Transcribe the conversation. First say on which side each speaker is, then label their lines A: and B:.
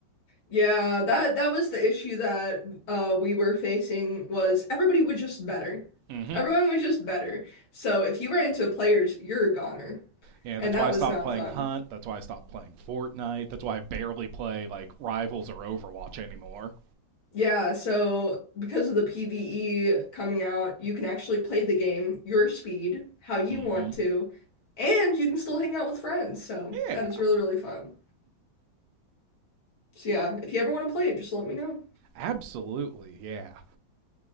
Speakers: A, on the left; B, on the right.
A: Yeah, that that was the issue that uh we were facing was everybody was just better.
B: hmm
A: Everyone was just better. So if you ran into players, you're a goner.
B: Yeah,
A: And
B: that's
A: that
B: why I
A: was
B: stopped
A: not
B: playing
A: fun.
B: Hunt. That's why I stopped playing Fortnite. That's why I barely play like Rivals or Overwatch anymore.
A: Yeah, so because of the PvE coming out, you can actually play the game your speed, how you
B: hmm
A: want to, and you can still hang out with friends. So
B: Yeah.
A: that is really, really fun. So yeah, if you ever want to play it, just let me know.
B: Absolutely, yeah.